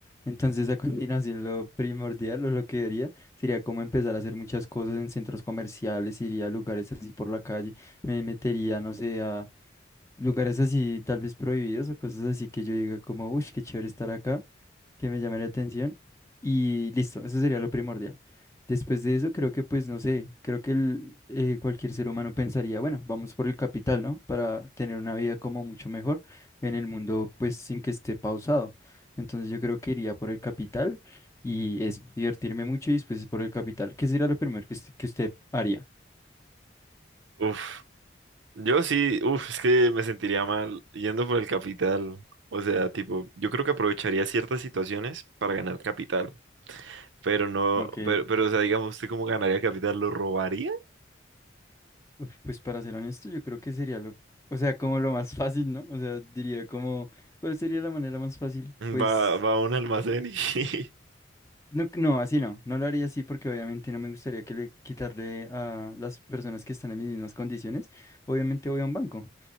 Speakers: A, on the left; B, on the right.
A: entonces a <laughs> continuación lo primordial o lo que haría sería como empezar a hacer muchas cosas en centros comerciales, iría a lugares así por la calle, me metería, no sé, a lugares así tal vez prohibidos o cosas así que yo diga como, uff, qué chévere estar acá, que me llame la atención y listo, eso sería lo primordial. Después de eso creo que pues no sé, creo que el, eh, cualquier ser humano pensaría, bueno, vamos por el capital, ¿no? Para tener una vida como mucho mejor en el mundo pues sin que esté pausado. Entonces yo creo que iría por el capital y eso, divertirme mucho y después por el capital. ¿Qué sería lo primero que, usted- que usted haría?
B: Uf. Yo sí, uf, es que me sentiría mal yendo por el capital. O sea, tipo, yo creo que aprovecharía ciertas situaciones para ganar capital. Pero no,
A: Ok.
B: pero, pero o sea, digamos, ¿usted cómo ganaría capital? ¿Lo robaría?
A: Uf, Pues para ser honesto, yo creo que sería lo, o sea, como lo más fácil, ¿no? O sea, diría como, ¿cuál sería la manera más fácil? Pues,
B: Va, va a un almacén y... <laughs>
A: no, no, así no, no lo haría así porque obviamente no me gustaría que le quitarle a las personas que están en mis mismas condiciones. Obviamente voy a un banco.